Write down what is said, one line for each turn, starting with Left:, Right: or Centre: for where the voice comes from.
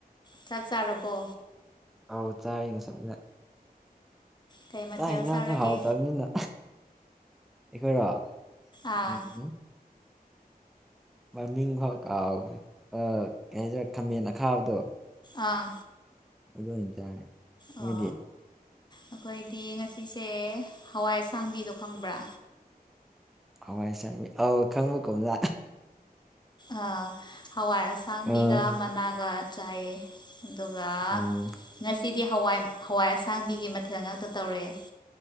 Left: ꯆꯞ ꯆꯥꯔꯕꯣ
Centre: ꯑꯧ ꯆꯥꯔꯤ ꯉꯁꯥꯏꯗ
Left: ꯀꯩ ꯃꯊꯦꯜ
Centre: ꯆꯥꯛ ꯌꯦꯟꯁꯥꯡꯁꯨ
Left: ꯆꯥꯔꯒꯦ
Centre: ꯍꯥꯎꯇꯕꯅꯤꯅ ꯑꯩꯈꯣꯏꯔꯣ
Left: ꯑꯥ
Centre: ꯎꯝ ꯃꯃꯤꯡ ꯐꯥꯎ ꯀꯥꯎꯈ꯭ꯔꯦ ꯀꯩ ꯍꯥꯏꯁꯤꯔꯦ ꯈꯥꯃꯦꯟ ꯑꯈꯥꯕꯗꯣ
Left: ꯑꯥ
Centre: ꯑꯗꯨ ꯑꯣꯏꯅꯇꯥꯔꯦ ꯅꯣꯏꯗꯤ
Left: ꯑꯣ ꯑꯩꯈꯣꯏꯗꯤ ꯉꯁꯤꯁꯦ ꯍꯋꯥꯏ ꯑꯁꯥꯡꯕꯤꯗꯣ ꯈꯪꯕ꯭ꯔꯥ
Centre: ꯍꯋꯥꯏꯁꯥꯟꯕꯤ ꯑ ꯈꯪꯕ ꯀꯣꯨꯝꯖꯥ
Left: ꯑꯥ ꯍꯋꯥꯏ ꯑꯁꯥꯡꯕꯤꯒ
Centre: ꯑꯥ
Left: ꯃꯅꯥꯒ ꯆꯥꯏꯌꯦ ꯑꯗꯨꯒ
Centre: ꯑꯣ
Left: ꯅ <unintelligible> ꯁꯤꯗꯤ ꯍꯋꯥꯏ ꯍꯋꯥꯏ ꯑꯁꯥꯡꯕꯤꯒꯤ ꯃꯊꯦꯜ ꯉꯥꯛꯇ ꯇꯧꯔꯛꯦ